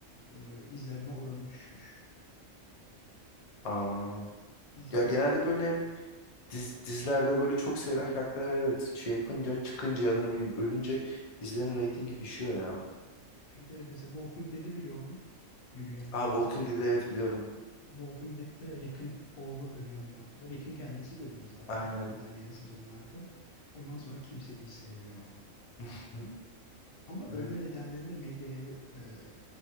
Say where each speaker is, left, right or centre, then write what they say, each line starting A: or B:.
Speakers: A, on the left; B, on the left.
A: E, izlenme oranı düşmüş.
B: Aa,
A: Diziyi
B: ya genelde böyle diz, dizilerde böyle çok sevilen karakterler evet şey yapınca çıkınca ya da ne bileyim ölünce dizilerin reytingi düşüyor ya.
A: Evet evet mesela Walking Dead'i biliyor mu? Yürüyen Ölüler.
B: Aa Walking Dead evet biliyorum.
A: Walking Dead'te Rick'in oğlu ölüyor bir noktada. Rick'in kendisi de ölüyor zaten
B: Aynen.
A: ilerleyen sezonlarda. Ondan sonra kimse izlemiyor.
B: <laughs>
A: Ama ölme
B: Evet.
A: nedenleri de medyaya be- e,